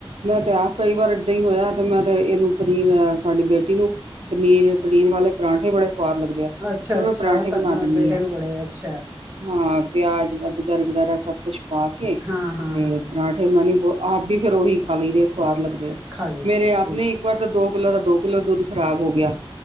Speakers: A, on the right; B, on the right.
A: ਮੈਂ ਤੇ ਆਪ ਕਈ ਵਾਰ ਏਦਾਂ ਈ ਹੋਇਆ ਤੇ ਮੈਂ ਤੇ ਇਹਨੂੰ ਪਨੀਰ ਸਾਡੀ ਬੇਟੀ ਨੂੰ ਪਨੀਰ-ਪਨੀਰ ਵਾਲੇ ਪਰਾਂਠੇ ਬੜੇ ਸਵਾਦ ਲੱਗਦੇ। ਆ
B: ਅੱਛਾ
A: ਫਿਰ
B: ਅੱਛਾ
A: ਮੈਂ ਪਰਾਂਠੇ
B: ਉਹ ਤਾਂ
A: ਬਣਾ ਦਿੰਨੀ
B: ਬੇਟੇ
A: ਆ।
B: ਨੂੰ ਬੜੇ ਅੱਛਾ
A: ਹਾਂ, ਪਿਆਜ, ਅਦਗਰ ਵਗੈਰਾ ਸਭ ਕੁਛ ਪਾ ਕੇ
B: ਹਾਂ ਹਾਂ
A: ਤੇ
B: ਹਾਂ
A: ਪਰਾਂਠੇ ਫਿਰ ਮੈਨੂੰ ਵੀ ਬਹੁਤ ਆਪ ਵੀ ਫੇਰ ਉਹੀ ਖਾ ਲਈਦੇ ਆ, ਸਵਾਦ ਲੱਗਦੇ ਆ
B: ਖਾ ਲਈ
A: ਮੇਰੇ
B: ਦੀ ਹੈ
A: ਆਪ
B: ਠੀਕ
A: ਨੇ ਇੱਕ
B: ਹੈ
A: ਵਾਰ ਤਾਂ ਦੋ ਕਿੱਲੋ ਦਾ ਦੋ ਕਿੱਲੋ ਦੁੱਧ ਖ਼ਰਾਬ ਹੋ ਗਿਆ